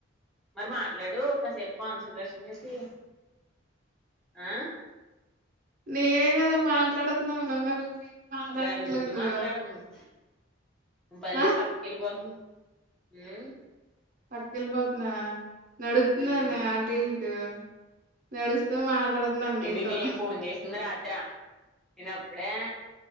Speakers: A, in the centre; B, on the right.
A: మరి మాట్లాడు కాసేపు కాన్సన్ట్రేషన్ చేసి ఆ
B: నేనే కదా మాట్లాడుతున్నాను నువ్వేం మాట్లాడట్లేదు.
A: గాడిద గుడ్డు మాట్లాడుతున్నావ్ పల్లె
B: ఆ
A: పక్కెల్లి పోతునవ్ హ్
B: పక్కెళ్ళిపోతున్నానా నడుత్తున్నానే
A: ఉమ్
B: అటు ఇటు నడుస్తూ మాట్లాడుతున్నాను నీతో
A: ఇది ఇది ఫోన్ చేసింది రాత్ త్రా నేన్ అప్పుడే